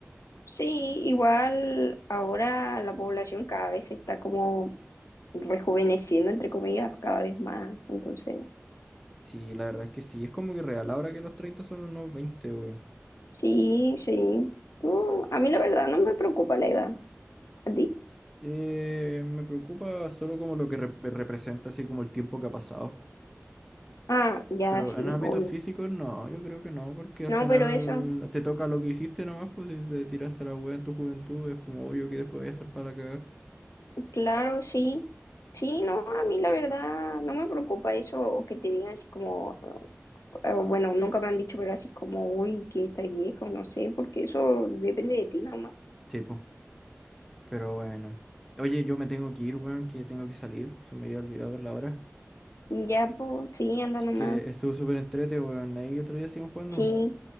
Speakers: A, on the left; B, in the centre.
A: sí, igual ahora la población cada vez se está como rejuveneciendo, entre comillas, cada vez más. Entonces,
B: Sí, la verdad es que sí, es como que real ahora que los 30 son unos veinte, weón.
A: sí, sí. No, a mí la verdad no me preocupa la edad. ¿A ti?
B: Eh, me preocupa solo como lo que rep- representa, así como el tiempo que ha pasado.
A: Ah, ya
B: Pero
A: sí,
B: en ámbitos
A: obvio.
B: físicos, no, yo creo que no, porque al
A: No,
B: final
A: pero eso,
B: te toca lo que hiciste nomás, pues si te tiraste la wea en tu juventud, es como obvio que después voy a estar para la cagada.
A: Claro, sí. Sí, no, a mí la verdad no me preocupa eso o que te digan así como, eh, bueno, nunca me han dicho, pero así como, uy, que estás vieja o no sé, porque eso depende de ti nomás.
B: Sí, pues, pero bueno. Oye, yo me tengo que ir, weón, que tengo que salir, se me había olvidado ver la hora.
A: Ya, pues, sí, anda
B: Así
A: nomás.
B: que estuvo súper entrete, weón, ahí otro día siguen jugando.
A: Sí,